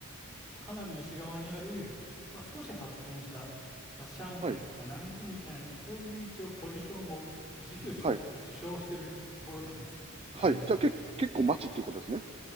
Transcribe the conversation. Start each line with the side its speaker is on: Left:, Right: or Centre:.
Centre: そうかなり西側にある、まあ、少し発展した、まあ、上海とか南京みたいな、
Right: はい。
Centre: そういう一応ポジションを自負してるとか自称してるところなんですよ、
Right: はい。
Centre: 蘭州って。
Right: はい。じゃあ、け、結構街っていうことですね。